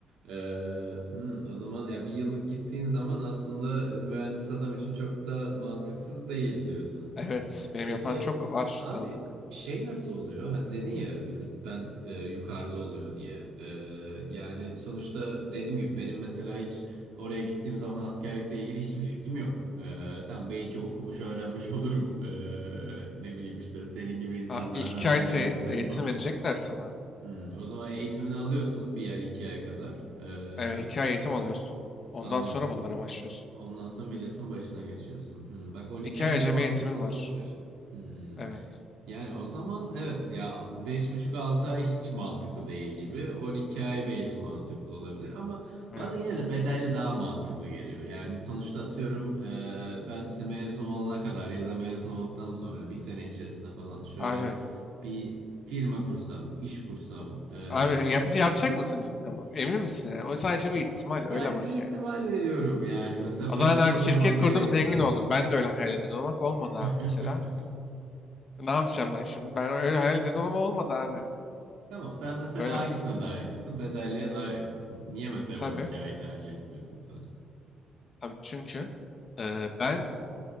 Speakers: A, on the right (about 80°); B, on the left (about 45°).
A: Ee, hı, o zaman ya bir yıllık gittiğin zaman aslında e, mühendis adam için çok da mantıksız değil diyorsun.
B: Evet,
A: Hı.
B: benim
A: Peki
B: yapan çok var
A: abi
B: tanıdık.
A: şey nasıl oluyor? Hani dedin ya rütben e, yukarıda oluyor diye. Ee, yani sonuçta dediğim gibi benim mesela hiç Oraya gittiğim zaman askerlikle ilgili hiçbir fikrim yok. Ee, tam belki okumuş öğrenmiş olurum. Ee, ne bileyim işte senin gibi insanlardan
B: Ha, ilk iki
A: dinlerim
B: ay te-
A: ederim
B: eğitim
A: ama.
B: verecekler sana.
A: Hmm, o zaman eğitimini alıyorsun bir ay iki ay kadar. Ee,
B: Evet, iki ay eğitim alıyorsun. Ondan
A: anladım.
B: sonra bunlara başlıyorsun.
A: Ondan sonra milletin başına geçiyorsun. Hmm, Bak 12
B: İki
A: ayda
B: ay acemi
A: mantıklı
B: eğitimin var.
A: olabilir. Hmm.
B: Evet.
A: Yani o zaman evet ya 5,5-6 ay hiç mantıklı değil gibi. 12 ay belki mantıklı olabilir ama
B: Evet.
A: bana yine de bedelli daha mantıklı geliyor. Yani sonuçta atıyorum e, ben işte mezun olana kadar ya da mezun olduktan sonra bir sene içerisinde falan şöyle
B: Abi
A: bir firma kursam, iş kursam e,
B: Abi yap, yapacak mısın cidden? bu? Emin misin yani? O sadece bir ihtimal.
A: ya
B: Öyle bak
A: bir
B: yani.
A: ihtimal veriyorum yani. Mesela
B: O
A: başında
B: zaman abi şirket
A: durmam gerekse.
B: kurdum zengin oldum. Ben de öyle hayal ediyordum ama bak olmadı abi
A: <laughs>
B: mesela. Ne yapacağım ben şimdi? Ben öyle hayal ediyordum ama olmadı abi.
A: Tamam sen mesela
B: Öyle
A: hangisine
B: bak.
A: daha yakınsın? Bedelliye daha yakınsın. Niye mesela
B: Tabii.
A: 12 ayı tercih etmiyorsun sen?
B: Abi çünkü e, ben